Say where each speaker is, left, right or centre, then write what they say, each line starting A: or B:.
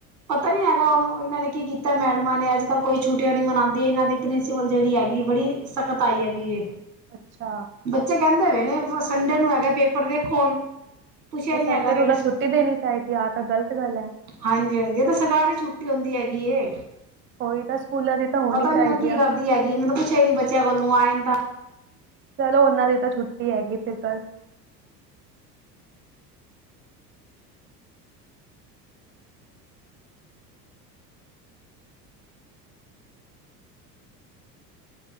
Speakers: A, on the right; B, on the right.
A: ਪਤਾ ਨੀ ਹੈਗਾ ਓਨੂੰ, ਏਨਾਂ ਨੇ ਕੀ ਕੀਤੈ ਮੈਡਮਾਂ ਨੇ, ਅੱਜ ਕਾੱਲ ਕੋਈ ਛੁੱਟੀਆਂ ਨੀ ਮਨਾਂਦੀ ਏਨਾਂ ਦੀ ਪ੍ਰਿੰਸੀਪਲ ਜੜੀ ਹੈਗੀ ਬੜੀ ਸਖਤਾਈ ਹੈਗੀ ਏ।
B: ਅੱਛਾ।
A: ਬੱਚੇ ਕੈਂਦੇ ਪੇ ਨੇ ਬ ਸੰਡੇ ਨੂੰ ਹੈਗੈ ਪੇਪਰ, ਵੇਖੋ ਹੁਣ। ਪੁੱਛਿਆ
B: ਤੇ
A: ਹੀ
B: ਸੰਡੇ
A: ਨੀ ਹੈਗਾ ਫੇਰ
B: ਨੂੰ ਤਾਂ ਛੁੱਟੀ ਦੇਣੀ ਚਾਈਦੀ ਆ। ਆ ਤੇ ਗ਼ਲਤ ਗਲ ਐ।
A: ਹਾਂਜੀ-ਹਾਂਜੀ ਏ ਤਾਂ ਸਰਕਾਰੀ ਛੁੱਟੀ ਹੁੰਦੀ ਹੈਗੀ ਏ।
B: ਓਈ ਤਾਂ ਸਕੂਲਾਂ ਦੀ ਤਾਂ ਹੋਣੀ
A: ਪਤਾ ਨੀ
B: ਚਾਈਦੀ
A: ਹੁਣ ਕੀ
B: ਆ।
A: ਕਰਦੀ ਹੈਗੀ ਏ ਮੈ ਤਾਂ ਪੁੱਛਿਆ ਈ ਨੀ ਬੱਚੇ ਆਂ ਕੋਲੋਂ ਆਏ ਨੇ ਤਾਂ।
B: ਚਲੋ ਓਨਾਂ ਦੀ ਤਾਂ ਛੁੱਟੀ ਹੈਗੀ ਏ ਫੇਰ ਕਾੱਲ।